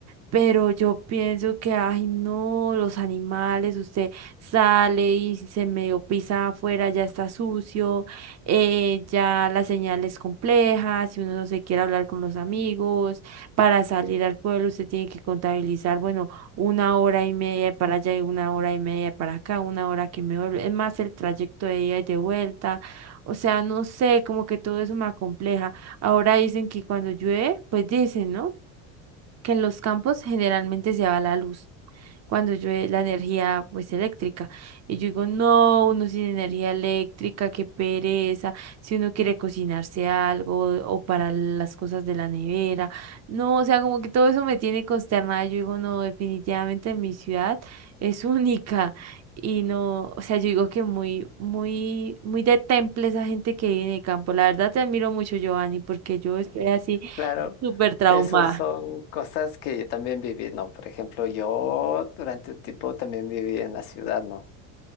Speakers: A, on the right (about 40°); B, on the left (about 70°).
A: Pero yo pienso que, ay, no, los animales, usted sale y si se medio pisa afuera, ya está sucio, eh, ya la señal es compleja, si uno no se quiere hablar con los amigos, para salir al pueblo usted tiene que contabilizar, bueno, una hora y media de para allá y una hora y media de para acá, una hora que me vuelve, es más el trayecto de ida y de vuelta, o sea, no sé, como que todo eso me acompleja. Ahora dicen que cuando llueve, pues dicen, ¿no? que en los campos generalmente se va la luz cuando llueve la energía pues eléctrica. Y yo digo, no, uno sin energía eléctrica, qué pereza, si uno quiere cocinarse algo o para las cosas de la nevera, no, o sea, como que todo eso me tiene consternada. Yo digo, no, definitivamente mi ciudad es <laughs> única. Y no, o sea, yo digo que muy, muy, muy de temple esa gente que vive en el campo. La verdad te admiro mucho, Giovanni, porque yo estoy así
B: Claro,
A: súper traumada.
B: esas son cosas que yo también viví, ¿no? Por ejemplo, yo durante un tiempo también viví en la ciudad, ¿no?